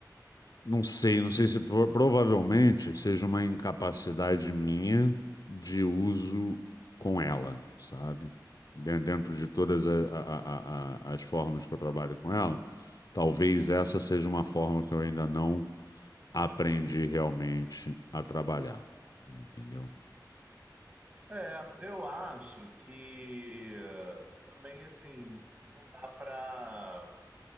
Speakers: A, on the left (about 60°); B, on the right (about 25°).
A: Não sei, não sei se pro- provavelmente seja uma incapacidade minha de uso com ela, sabe? Den- Dentro de todas a- a- a- a- as formas que eu trabalho com ela, talvez essa seja uma forma que eu ainda não aprendi realmente a trabalhar, entendeu?
B: É, eu acho que eh, também assim, não dá para,